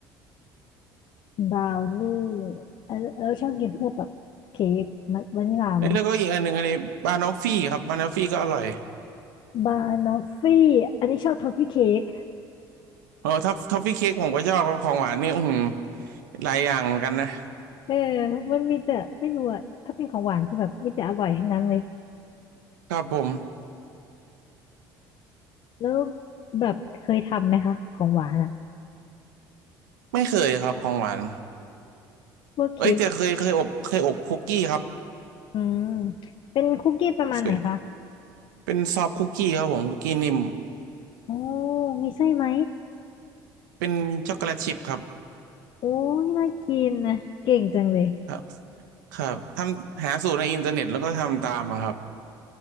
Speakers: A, on the left; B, on the right.
A: บราวนี่เออเราชอบกินพวกแบบเค้กมันวานิลลาไหม
B: เอ้ยแล้วก็อีกอันหนึ่งอันนี้บานอฟฟี่ครับบานอฟฟี่ก็อร่อย
A: บานอฟฟี่อันนี้ชอบทอฟฟี่เค้ก
B: โอ้ทัฟทอฟฟี่เค้กผมก็ชอบครับของหวานนี่อือหือหลายอย่างเหมือนกันนะ
A: เออมันมีแต่ไม่รู้อ่ะถ้าเป็นของหวานคือแบบมีแต่อร่อยทั้งนั้นเลย
B: ครับผม
A: แล้วแบบเคยทำไหมคะของหวานอ่ะ
B: ไม่เคยครับของหวาน
A: พวกเค้ก
B: เอ้ยแต่เคยเคยอบเคยอบคุกกี้ครับ
A: อืมเป็นคุกกี้ประมาณไหนคะ
B: เป็นเป็นซอฟต์คุกกี้ครับผมคุกกี้นิ่ม
A: โอ้มีไส้ไหม
B: เป็นช็อกโกแลตชิพครับ
A: โอ้ยน่ากินนะเก่งจังเลย
B: ครับครับทำหาสูตรในอินเทอร์เน็ตแล้วก็ทำตามอะครับ